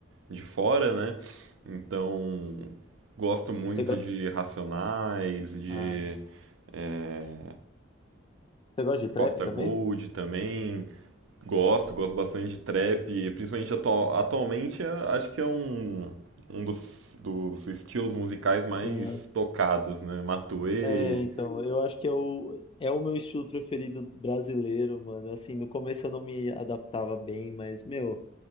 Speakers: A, on the right; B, on the left.
A: de fora, né? Então, gosto muito
B: você gosta,
A: de Racionais, de
B: ah,
A: é,
B: você gosta de trap
A: Costa
B: também?
A: Gold também. Gosto, gosto bastante de trap, principalmente atu- atualmente é- acho que é um, um dos, dos estilos musicais mais
B: Sim.
A: tocados, né? Matuê,
B: É, então, eu acho que é o, é o meu estilo preferido brasileiro, mano. Assim, no começo eu não me adaptava bem, mas, meu,